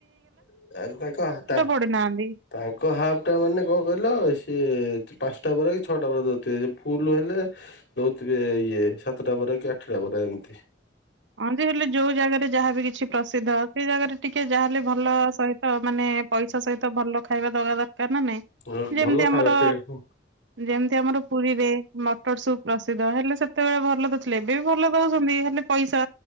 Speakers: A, on the left; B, on the right.
A: <unintelligible>
B: ପଢି ନାହାନ୍ତି।
A: ତାଙ୍କ ହାଫ୍ ଟା ମାନେ କଣ କହିଲ ସିଏ ପାଞ୍ଚ ପାଚଟା ବରା କି ଛଅଟା ବରା ଦଉଥିବେ ଯଦି ଫୁଲ୍ ହେଲେ ଦଉଥିବେ ଇଏ ସାତଟା ବରା କି ଆଠଟା ବରା ଏମିତି।
B: ହଁ ଯେ ହେଲେ ଯୋଉ ଜାଗାରେ ଯାହାବି କିଛି ପ୍ରସିଦ୍ଧ ସେଇ ଜାଗାରେ ଟିକେ ଯାହାହେଲେ ଭଲ ସହିତ ମାନେ ପଇସା ସହିତ ଭଲ ଖାଇବା ଦବା ଦ କାର୍ ନାଇଁ
A: ଆଉ
B: ଯେମିତି
A: ଭଲ ଖାଇବା
B: ଆମର
A: ଟେ ହୁଁ
B: ଯେମିତି ଆମର ପୁରୀରେ ମଟର ସୁପ୍ ପ୍ରସିଦ୍ଧ ହେଲେ ସେତେବେଳେ ଭଲ ଦଉଥିଲେ ଏବେ ବି ଭଲ ଦଉଚନ୍ତି ହେ ପଇସା